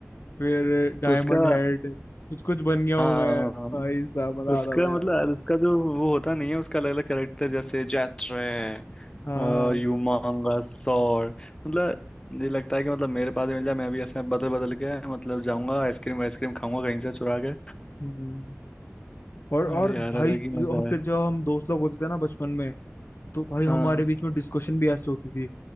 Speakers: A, on the left (about 55°); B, on the left (about 20°).
A: फिर डायमंड
B: उसका
A: हेड कुछ कुछ बन गया
B: हाँ
A: हूँ मैं भाई साहब मजा
B: उसका
A: आता था यार
B: मतलब उसका जो वो होता नहीं है उसका अलग अलग कैरेक्टर जैसे जैत्रे
A: हाँ
B: और
A: हाँ
B: यूमांगा सॉर मतलब मुझे लगता है कि मतलब मेरे पास भी मिल जाए मैं भी ऐसे बदल बदल के मतलब जाऊंगा आइसक्रीम आइसक्रीम खाऊंगा कहीं से चुरा के
A: हम्म। और
B: <laughs> अरे
A: और
B: यार
A: भाई
B: अलग ही
A: जो-
B: मजा
A: और फिर
B: है
A: जब हम दोस्त लोग होते थे ना बचपन में तो भाई हमारे
B: हाँ
A: बीच में डिस्कशन भी ऐसे होती थी